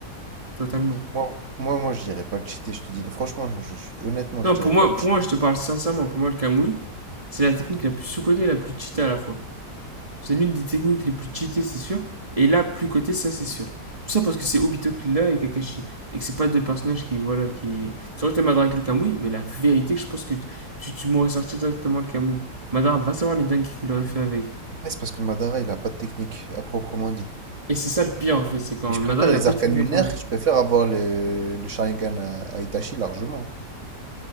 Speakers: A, on the right (about 20°); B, on the right (about 45°).
A: totalement.
B: Moi, moi, moi, je dirais pas cheaté, je te dis. Franchement, je- je- honnêtement,
A: Non,
B: je dirais
A: pour moi,
B: pas
A: pour
B: cheaté.
A: moi, je te parle sincèrement, pour moi, le Kamui, c'est la technique la plus sous-cotée et la plus cheatée à la fois. C'est l'une des techniques les plus cheatées, c'est sûr. Et là, plus côté, ça, c'est sûr. Tout ça parce que c'est Obito qui l'a et Kakashi. Et que c'est pas deux personnages qui, voilà, qui. Ça aurait été Madara avec le Kamui, mais la vérité, je pense que tu, tu, m'aurais sorti directement le Kamui. Madara va savoir les dingues qu'il aurait fait avec.
B: Après, c'est parce que Madara, il a pas de technique à proprement dit.
A: Et c'est ça le pire, en fait, c'est quand
B: Mais je
A: Madara,
B: préfère
A: il
B: les
A: a pas
B: arcanes
A: de technique
B: lunaires,
A: à prendre.
B: je préfère avoir le, le Sharingan à, à Itachi largement.